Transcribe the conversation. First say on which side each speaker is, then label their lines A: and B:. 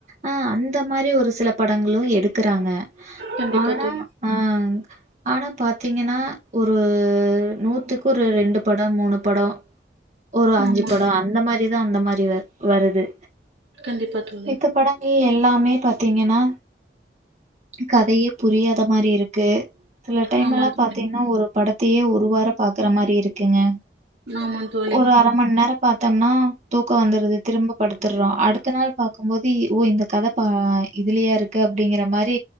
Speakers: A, on the right (about 40°); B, on the right (about 75°).
A: ஆஹ் அந்த மாரி ஒரு சில படங்களும் எடு இருக்கறாங்க
B: கண்டிப்பா
A: ஆனா
B: தோழி.
A: அஹ் ஆனா பாத்தீங்கன்னா ஒரு நூத்துக்கு ஒரு ரெண்டு படம் மூணு படம் ஒரு அஞ்சு
B: ஆமா.
A: படம் அந்த மாதிரி தான் அந்த மாதிரி வருது
B: கண்டிப்பா தோழி.
A: மித்த படங்கள் எல்லாமே பாத்தீங்கன்னா கதையே புரியாத மாதிரி இருக்கு சில டைம்
B: ஆமா
A: எல்லாம்
B: தோழி.
A: பார்த்தீங்கன்னா ஒரு படத்தையே ஒரு வாரம் பாக்குற மாதிரி இருக்குங்க
B: ஆமா தோழி.
A: ஒரு அரை மணி நேரம் பார்த்தோம்னா தூக்கம் வந்துடுது திரும்ப படுத்துடுறோம் அடுத்து பார்க்கும்போது ஓ இந்த கதை இதுலயா இருக்கு அ அப்படிங்கற மாதிரி